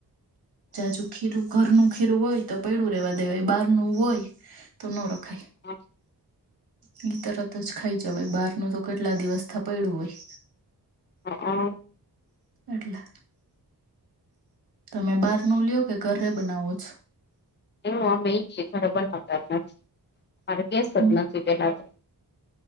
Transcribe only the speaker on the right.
જે ખીરું ઘરનું ખીરું હોય તો પૈડું રેવા દેવાય બહાર નું હોય તો ન રખાય
એઈ તરત જ ખાઈ જવાય બહાર ન તો કેટલા દિવસ પૈડુ હોય
એટલે તમે બાર નો લ્યો કે ઘરે બનાવો છો
હમ્મ,